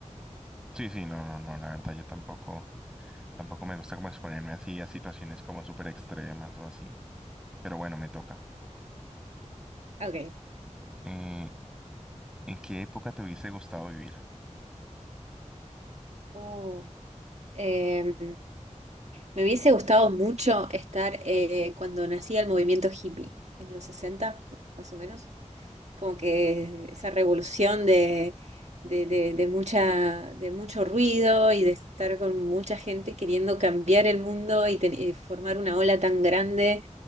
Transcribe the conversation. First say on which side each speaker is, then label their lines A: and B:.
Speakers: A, in the centre; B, on the right.
A: Sí, sí, no, no, no, la verdad, yo tampoco, tampoco me gusta como exponerme así a situaciones como súper extremas o así. Pero bueno, me toca.
B: Ok.
A: Eh, ¿en qué época te hubiese gustado vivir?
B: Uh, em, me hubiese gustado mucho estar eh, cuando nacía el movimiento hippie, en los 60, más o menos. Como que esa revolución de, de, de, de mucha, de mucho ruido y de estar con mucha gente queriendo cambiar el mundo y, ten- y formar una ola tan grande